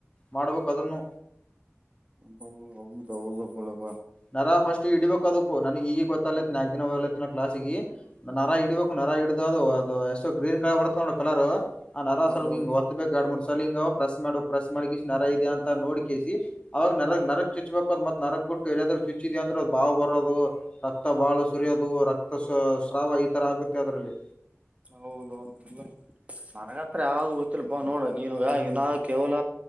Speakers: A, on the left; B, on the right.
A: ಮಾಡ್ಬೇಕು ಅದನ್ನು
B: ಹೌದೌದು ಪಳಬ
A: ನರ ಫಸ್ಟ್ ಇಡಿಬೇಕ್ದಕ್ಕೂ ನನಗ್ ಈಗ ಗೊತ್ತೇತ್ ನ ಕ್ಲಾಸ್ಗ ನರ ಇಡಬೇಕು ನರ ಹಡ್ದ ಅದು ಅದು ಎಷ್ಟು ಗ್ರೀನ್ ಕಲರ್ ಬರುತ್ತೆ ನೋಡ ಕಲರ್ ಆ ನರ
B: ಹೌದೌದು
A: ಸವಲ್ ಹಿಂಗ ಒತ್ತ ಬೇಕ ಎಡ ಲಿಂಗ ಪ್ರೆಸ್ ಮಾಡ ಪ್ರೆಸ್ ಮಾಡ ನರ ಇದೆ ಅಂತ ನೋಡ್ ಕಿಸಿ ಅವಾಗ ನರ ನರ ಚುಚ್ಬೇಕು ಅದು ಮತ್ತ ನರಕ್ ಬಿಟ್ಟು ಎಲ್ಲಾದ್ರು ಚುಚ್ಚಿದ ಅಂದ್ರ ಅದು ಬಾವ ಬರೋದು ರಕ್ತಾ ಬಾಳ ಸುರಿಯೋದು ರಕ್ತ. ಕ್ತ ಸ್ ಸ್ರಾವ ಈತರ ಆಗುತ್ತೆ ಅದರಲ್ಲಿ.
B: ಹೌದೌದು ಇಲ್ಲ ಇಲ್ಲ ನನಗಂತ್ರ ಯಾವ್ದು ಗೊತ್ತಿಲ್ಲ - ಪ್ಪ ನೋಡ ನೀನುಗ
A: ಹ್ಮ್
B: ಈನಾ ಕೇವಲ